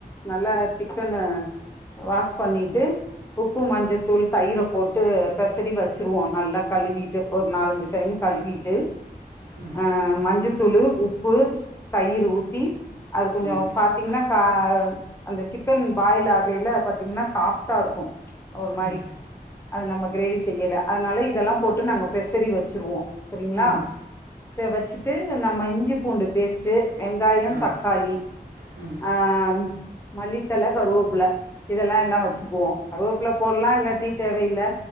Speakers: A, on the left (about 15°); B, on the right (about 75°).
A: நல்லா சிக்கன் வாஷ் பண்ணிட்டு உப்பு மஞ்சத்தூள் தயிரப்பு ட்டு பெசறி வச்சிருவோம் நல்லா கழுவிட்டு ஒரு நாலஞ்சு டைம் கழுவிட்டு
B: ம்
A: அஹ் மஞ்ச துளுு உப்பு தயிர் ஊச்சி அது கொஞ்சம்
B: ம்
A: பாார்த்தீங்கன்னா அந்த சிக்கன் பாயில் ஆகையில பாத்தீங்கன்னா சாஃப்டா இருக்கும் ஒருர் மாதிரி
B: ம்
A: அது நம்ம கிரேவி செய்யல அதனால இதெல்லாம் போட்டு நாங்க பெசறி வச்சிருவோம் சரிங்களா
B: ம்
A: ச வச்சு ட்டு நம்ம இஞ்சி பூண்டு பேஸ்ட்ட் வெங்காயம்
B: ஆ
A: தக்காளி
B: ம்
A: ஆஹ் மல்லித்தல கருவப்புல இதெல்லாம் எல்லாம் வச்சுக்குவோம் ரோப்ல போடலாம் இல்லா தேவையில்ல்ல